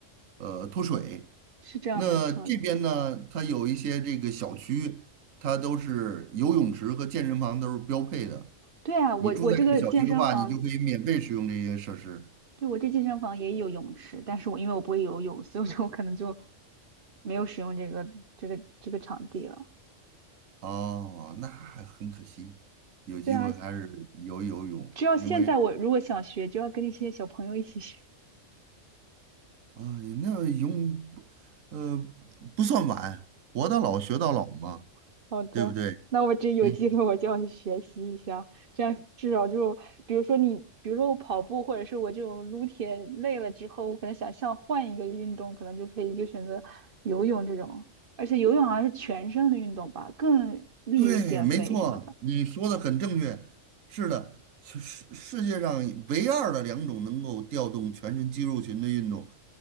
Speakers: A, on the right; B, on the right.
A: 呃脱水。
B: 是这样，
A: 那这边呢，
B: 没错的。
A: 它有一些这个小区，它都是游泳池和健身房都是标配的。
B: 对啊，我我这个健身房，
A: 你住在这个小区的话，你就可以免费使用这些设施。
B: 对我这健身房也有泳池，但是我因为我不会游泳，所以说我可能就没有使用这个这个这个场地了。
A: 哦，那还很可惜，有机会还是游游泳，
B: 对啊，只要现在我如果想学，
A: 因为
B: 就要跟那些小朋友一起学。
A: 啊，那泳不呃，不算晚，活到老学到老嘛，
B: 好的，
A: 对不对？
B: 那我这有机会我就要去学习一下，
A: 嗯，
B: 这样至少就比如说你，比如说我跑步或者是我这种撸铁累了之后，我可能想像换一个运动，可能就可以就选择游泳这种，而且游泳好像是全身的运动吧，更利于减肥什么的，
A: 对，没错，你说的很正确，是的，世世世界上唯二的两种能够调动全身肌肉群的运动，